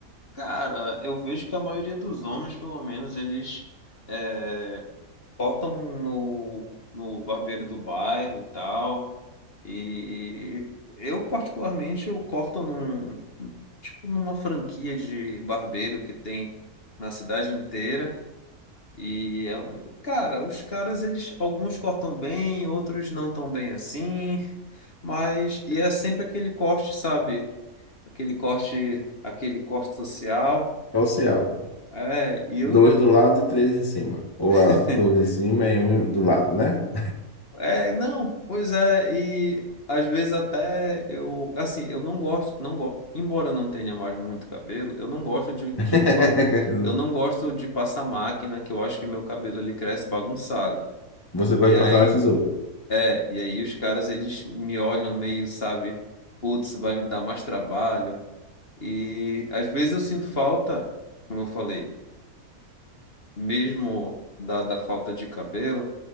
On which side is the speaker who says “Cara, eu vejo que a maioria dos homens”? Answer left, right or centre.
Left